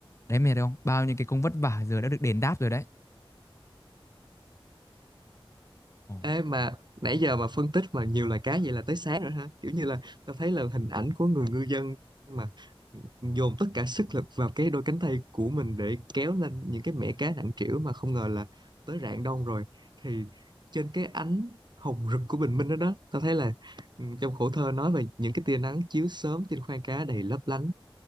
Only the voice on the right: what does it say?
Ê mà nãy giờ mà phân tích mà nhiều loài cá vậy là tới sáng rồi hả? Kiểu như là tao thấy là hình ảnh của người ngư dân mà dồn tất cả sức lực vào cái đôi cánh tay của mình để kéo lên những cái mẻ cá nặng trĩu mà không ngờ là tới rạng đông rồi. Thì trên cái ánh hồng rực của bình minh đó đó, tao thấy là ừ, trong khổ thơ nói về những cái tia nắng chiếu sớm trên khoang cá đầy lấp lánh